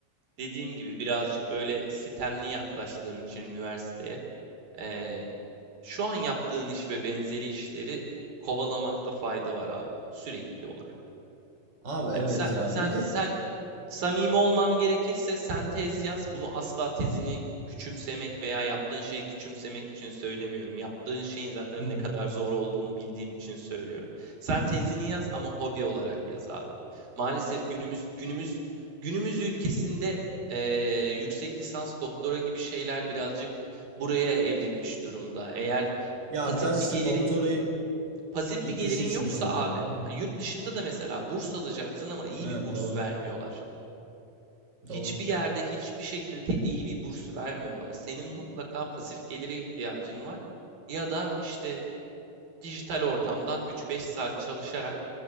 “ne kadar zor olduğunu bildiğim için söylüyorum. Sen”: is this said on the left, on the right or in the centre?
Right